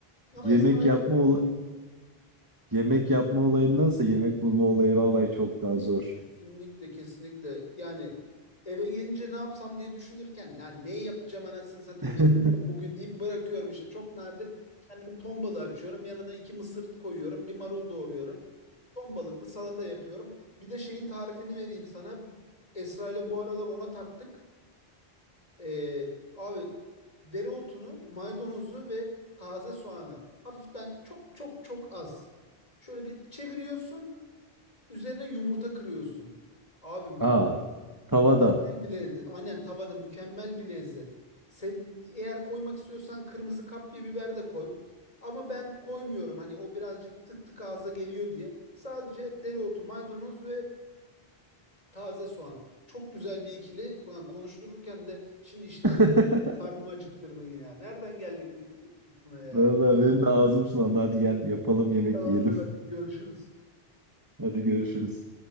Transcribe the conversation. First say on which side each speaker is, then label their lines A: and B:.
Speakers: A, on the left; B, on the right.
A: Ama
B: Yemek
A: Esra'yı
B: yapma
A: yapıyorum.
B: ola- yemek yapma olayındansa yemek bulma olayı vallahi çok daha zor.
A: Kesinlikle kesinlikle. Yani eve gelince ne yapsam diye düşünürken ya ne yapacağım anasını satayım
B: <laughs>
A: yemiyorum bugün deyip bırakıyorum işte. Çok nadir kendime ton balığı açıyorum. Yanına iki mısır koyuyorum. Bir marul doğruyorum. Ton balıklı salata yapıyorum. Bir de şeyin tarifini vereyim sana. Esra ile bu aralar ona taktık. Ee, abi dereotunu, maydanozu ve taze soğanı hafiften çok çok çok az. Şöyle bir çeviriyorsun. Üzerine yumurta kırıyorsun. Abi mü-
B: Aa,
A: mükemmel
B: tavada.
A: bir lezzet. Aynen tavada mükemmel bir lezzet. Seb- Eğer koymak istiyorsan kırmızı kapya biber de koy. Ama ben koymuyorum. Hani o birazcık tık tık ağza geliyor diye. Sadece dereotu, maydanoz ve taze soğan. Çok güzel bir ikili. Ulan konuştururken de şimdi işten
B: <laughs>
A: Karnımı acıktırdın ya. Nereden geldik bu buna ya?
B: Vallahi benim de ağzım sulandı. Hadi gel yapalım yemek
A: Tamamdır
B: yiyelim.
A: hadi görüşürüz.
B: <laughs> Hadi görüşürüz.